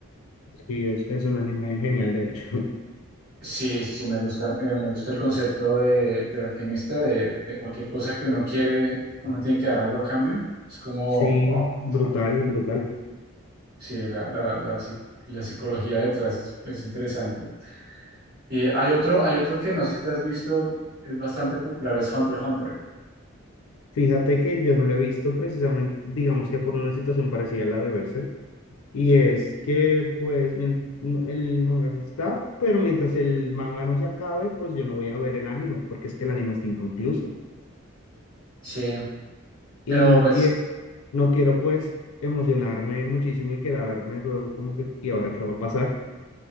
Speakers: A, on the left (about 85°); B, on the right (about 45°).
A: Sí, es, es un anime genial, de hecho. <laughs>
B: Sí, sí, sí, me gusta, eh, me gusta el concepto de, del alquimista, de, de cualquier cosa que uno quiere, uno tiene que dar algo a cambio. Es como,
A: Sí,
B: wow,
A: brutal, brutal.
B: sí, la, la, la, psi- la psicología detrás es, es interesante. Y hay otro, hay otro que no sé si te has visto, es bastante popular, es Hunter x Hunter.
A: Fíjate que yo no lo he visto precisamente, digamos que por una situación parecida a la de Berserk. Y es que, pues, mien- no- el manga está, pero mientras el manga no se acabe, pues yo no voy a ver el anime, porque es que el anime está inconcluso.
B: Sí,
A: y
B: pero
A: no
B: pues,
A: quiero, no quiero pues emocionarme muchísimo y quedarme luego como que, ¿y ahora qué va a pasar?